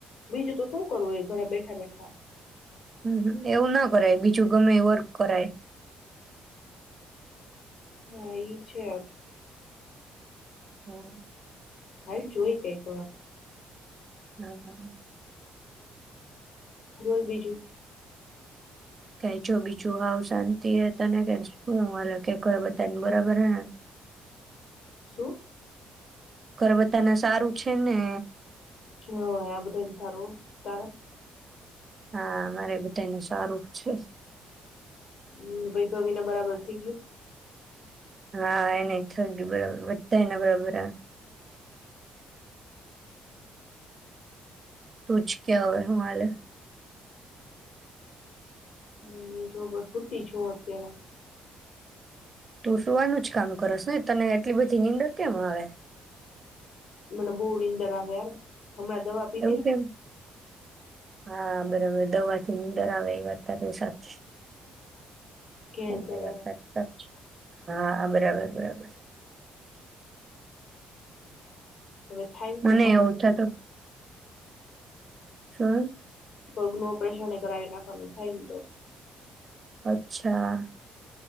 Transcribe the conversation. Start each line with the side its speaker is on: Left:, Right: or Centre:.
Left: બીજું તો શું કરવું એ ઘરે બેઠા બેઠા
Right: હમ એવું ના કરાય બીજું ગમે ઈ વર્ક કરાય
Left: હા એ છે
Right: <inaudible>
Left: હાલ જોઈ કઈક
Right: હમ
Left: બોલ બીજું
Right: કઈ જો બીજું હાવ શાંતિ હે તને કે શું હાલે કે ઘરે બતાને બરાબર હે ને
Left: શું?
Right: ઘરે બધાને સારું છે ને.
Left: હ આ બધાને સારું તારે.
Right: હા મારે બધાને સારું છે.
Left: હમ ભાઈ ભવ ના બરાબર થઈ ગયું.
Right: હા એને થઈ ગય બરાબર વધતા એને બરાબર. તુ જ કે હવે હું હાલે?
Left: કઈ જો બસ સુતી છું અત્યારે
Right: તું સુવાનું જ કામ કરસ ને તને એટલી બધી નીંદર કેમ આવે.
Left: મને બવ નીંદર આવે યાર. હમણાં દવા પીધી
Right: એવું
Left: ને.
Right: કેમ હા બરાબર દવાથી નીંદર આવે એ વાત તારી સાચી.
Left: ઘેન
Right: હમ
Left: ચડે
Right: એ વાત તારી સાચી. હા બરાબર બરાબર.
Left: હવે થાય ને તો
Right: મને
Left: પગ
Right: એવું
Left: નું
Right: થતું શું.
Left: પગ ન ઓપરેશન એ કરાવી નાખવાનું થાય ને તો.
Right: અચ્છા